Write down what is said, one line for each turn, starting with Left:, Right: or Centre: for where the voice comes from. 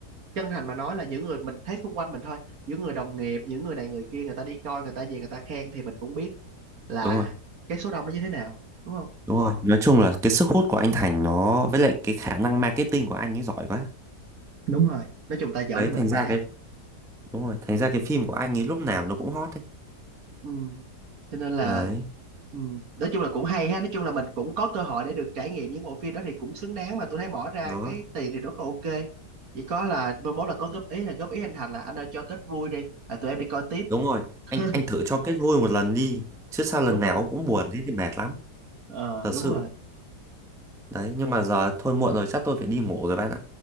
Right: chân thành mà nói là những người mình thấy xung quanh mình thôi những người đồng nghiệp những người này người kia người ta đi coi người ta về người ta khen thì mình cũng biết là
Centre: Đúng rồi.
Right: cái số đông nó như thế nào đúng không
Centre: Đúng rồi, nói chung là cái sức hút của anh Thành nó với lại cái khả năng marketing của anh ấy giỏi quá.
Right: đúng rồi nói chung ta giỏi
Centre: Đấy,
Right: là mình
Centre: thành
Right: phải
Centre: ra cái đúng rồi, thành ra cái phim của anh ấy lúc nào nó cũng hot đấy.
Right: ừ. cho nên là
Centre: Đấy,
Right: ừ. nói chung là cũng hay ha nói chung là mình cũng có cơ hội để được trải nghiệm những bộ phim đó thì cũng xứng đáng mà tôi thấy bỏ ra
Centre: đó.
Right: cái tiền thì rất là ok chỉ có là mai mốt là có góp ý là góp ý anh Thành là anh ơi cho kết vui đi là tụi em đi coi tiếp
Centre: Đúng rồi,
Right: <laughs>
Centre: anh anh thử cho kết vui một lần đi, chứ sao lần
Right: đúng
Centre: nào
Right: rồi
Centre: cũng buồn thế thì mệt lắm,
Right: ờ
Centre: thật
Right: đúng
Centre: sự.
Right: rồi
Centre: Đấy, nhưng mà giờ thôi muộn rồi chắc tôi phải đi ngủ rồi bạn ạ.